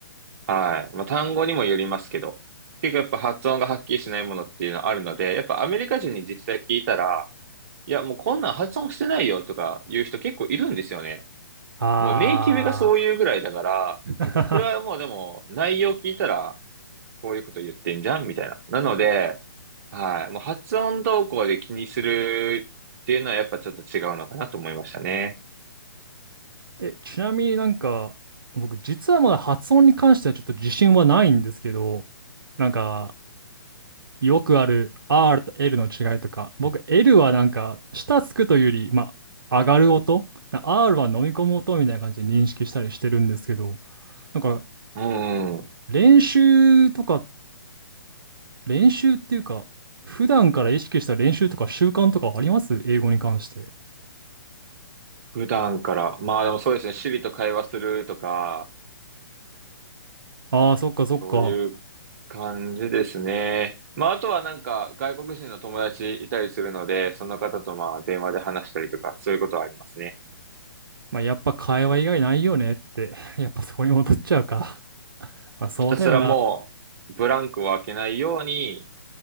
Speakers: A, on the right (about 40°); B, on the right (about 70°).
A: はい。まあ、単語にもよりますけど、結構やっぱ発音がはっきりしないものっていうのはあるので、やっぱアメリカ人に実際聞いたら、いや、もうこんなん発音してないよとか言う人結構いるんですよね。
B: あ
A: もうネイティブがそういうぐらいだから、
B: あ。<laughs>
A: もうこれはもうでも内容聞いたら、こういうこと言ってんじゃんみたいな。なので、はい。もう発音動向で気にするっていうのはやっぱちょっと違うのかなと思いましたね。
B: え、ちなみになんか、僕実はまだ発音に関してはちょっと自信はないんですけど、なんか、よくある R と L の違いとか、僕 L はなんか下つくというより、まあ、上がる音、な R は飲み込む音みたいな感じで認識したりしてるんですけど、なんか
A: うん。
B: 練習とか、練習っていうか、普段から意識した練習とか習慣とかあります英語に関して。
A: 普段から。まあでもそうですね。Siri と会話するとか、
B: ああ、そっかそっか。
A: そういう感じですね。まああとはなんか外国人の友達いたりするので、その方とまあ電話で話したりとか、そういうことはありますね。
B: まあ、やっぱ会話以外ないよねって、<laughs> やっぱそこに戻っちゃうか。<laughs> まあ、そうだよな。
A: ひたすらもうブランクを空けないように